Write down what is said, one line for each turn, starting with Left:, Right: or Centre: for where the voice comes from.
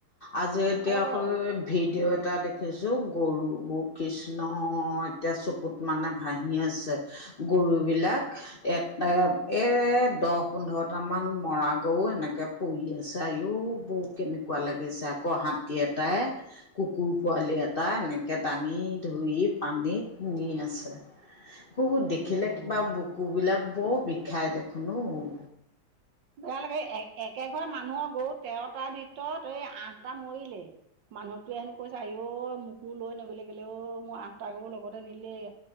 Left: আজি এতিয়া
Right: বৰ বেয়া
Left: আকৌ।
Right: লাগে
Left: ভিডিঅ' এটা দেখিছোঁ, গৰুবোৰ কৃষ্ণ! এতিয়া চকুত। মানে, ভাহি আছে! গৰুবিলাক। এ এ, দহ-পোন্ধৰটামান মৰা গৰু এনেকে পৰি আছে, আয়ও। উম, কেনেকুৱা লাগিছে! আকৌ হাতী এটাই। কুকুৰ পোৱালি এটা, এনেকে দাঙি ধৰি পানীত নি আছে। বহুত দেখিলে
Right: গৰু
Left: কিবা
Right: দেই
Left: বুকু বিলাক বৰ বিষাই দেখোন অ'!
Right: বেয়া লাগে, এ-একে ঘৰ মানুহৰ গৰু তেৰটাৰ তিতৰত এ আঠটা মৰিলে। মানুহটোৱে হেনো কৈছা আইঔ মোকো লৈ নগ'লি কেলে অ', মোৰ আঠটা গৰু লগতে নিলে